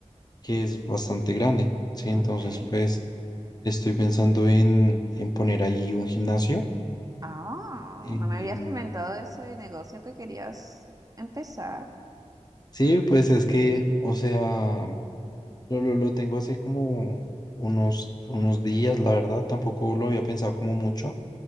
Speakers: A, on the left; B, on the right.
A: que es bastante grande, ¿sí? Entonces,
B: Ok.
A: pues estoy pensando en, en poner ahí un gimnasio.
B: Ah,
A: em,
B: no me habías comentado de ese negocio que querías empezar.
A: Sí, pues es que, o sea, lo, lo, lo tengo así como unos, unos días, la verdad, tampoco lo había pensado como mucho,